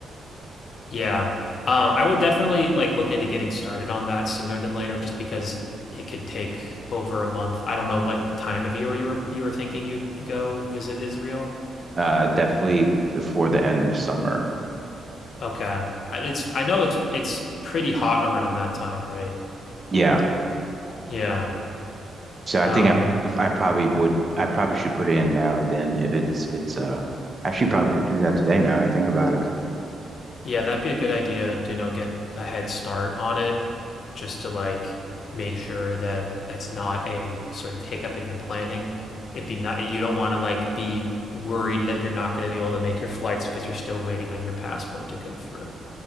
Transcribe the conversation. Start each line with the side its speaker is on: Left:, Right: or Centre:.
Left: Yeah. Um, I would definitely like look into getting started on that sooner than later just because it could take over a month. I don't know what time of year you were you were thinking you'd go visit Israel.
Right: Uh, definitely before the end of summer.
Left: Okay. I, it's I know it's it's pretty hot around that time, right?
Right: Yeah.
Left: Yeah.
Right: So I
Left: Um
Right: think I if I probably would I probably should put it in now then if it's it's uh actually probably should do that today now I think about it.
Left: Yeah, that'd be a good idea to, you know, get a head start on it just to like make sure that that's not a sort of hiccup in your planning. It'd be not, you don't want to like be worried that you're not going to be able to make your flights because you're still waiting on your passport to go through.